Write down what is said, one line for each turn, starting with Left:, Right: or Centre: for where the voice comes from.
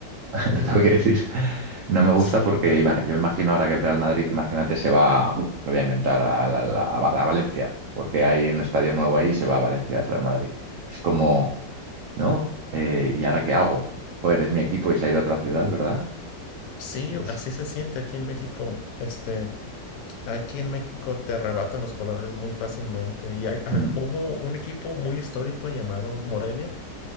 Right: <laughs>
Left: Ujú.
Right: Lo tengo que decir. No me gusta
Left: Sí,
Right: porque ima- yo me imagino ahora que el Real Madrid, imagínate, se va, lo voy a inventar, a, la- la- a Va- a Valencia, porque hay un estadio nuevo ahí y se va a Valencia el Real Madrid. Es como, ¿no? Eh, ¿y ahora qué hago? Joder, es mi equipo y se ha ido a otra ciudad, ¿verdad?
Left: sí,
Right: Es-
Left: así se siente aquí en México. Este, aquí en México te arrebatan los colores muy fácilmente. Y hay, ah,
Right: Mm,
Left: hubo un equipo muy histórico llamado Morelia